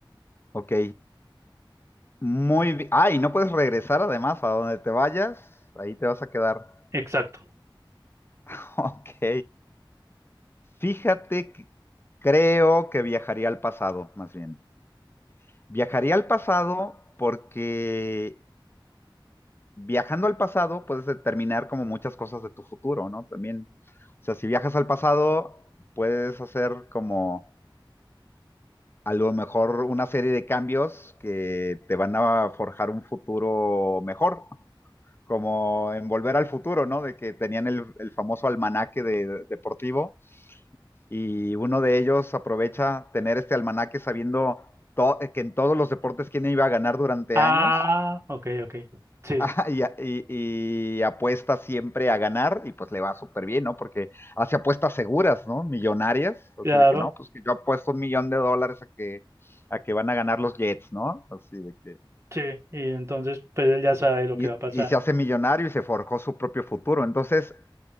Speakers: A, on the left; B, on the right.
A: Ok. Muy bien. Ah, y no puedes regresar además a donde te vayas, ahí te vas a quedar.
B: Exacto.
A: <laughs> Ok. Fíjate que creo que viajaría al pasado, más bien. Viajaría al pasado porque viajando al pasado puedes determinar como muchas cosas de tu futuro, ¿no? También. O sea, si viajas al pasado, puedes hacer como a lo mejor una serie de cambios que te van a forjar un futuro mejor. como en Volver al Futuro, ¿no? De que tenían el, el famoso almanaque de, de- deportivo y uno de ellos aprovecha tener este almanaque sabiendo to- que en todos los deportes quién iba a ganar durante
B: Ah,
A: años
B: ok, ok.
A: <laughs>
B: Sí,
A: ah, y, a- y- y apuesta siempre a ganar y pues le va súper bien, ¿no? Porque hace apuestas seguras, ¿no? Millonarias, así
B: claro.
A: de que no, pues que yo apuesto un millón de dólares a que, a que van a ganar los Jets, ¿no? Así de que...
B: Sí, y entonces pues él ya sabe lo
A: Y,
B: que va a pasar.
A: y se hace millonario y se forjó su propio futuro. Entonces,